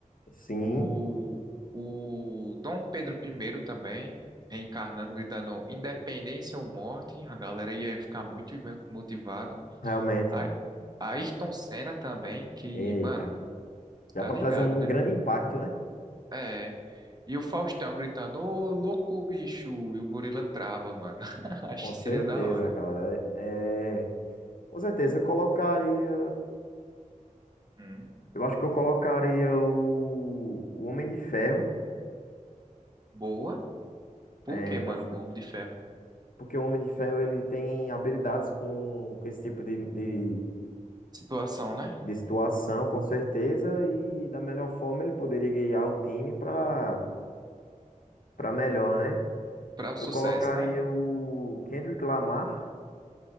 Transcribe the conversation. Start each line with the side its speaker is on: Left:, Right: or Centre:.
Left: Sim,
Right: O, o Dom Pedro primeiro também, reencarnando, gritando independência ou morte, a galera ia ficar muito mo- motivado.
Left: realmente.
Right: A, Ayrton Senna também, que,
Left: Eita.
Right: mano,
Left: Dá
Right: tá
Left: pra
Right: ligado,
Left: trazer um
Right: né?
Left: grande impacto, né?
Right: É. E o Faustão gritando, ô louco bicho, e o gorila trava, mano. <laughs> Acho
Left: Com
Right: que
Left: certeza,
Right: seria da hora.
Left: cara. É... Com certeza, eu colocaria.
Right: Hum,
Left: Eu acho que eu colocaria o, o Homem de Ferro.
Right: boa. Por
Left: É,
Right: que, mano,
Left: pra... ficar-
Right: o Homem de Ferro?
Left: Porque o Homem de Ferro ele tem habilidades com, com esse tipo de... de...
Right: Situação, né?
Left: de situação, com certeza. E da melhor forma ele poderia guiar o time para para melhor, né?
Right: Para o sucesso,
Left: Eu colocaria
Right: né?
Left: o Kendrick Lamar.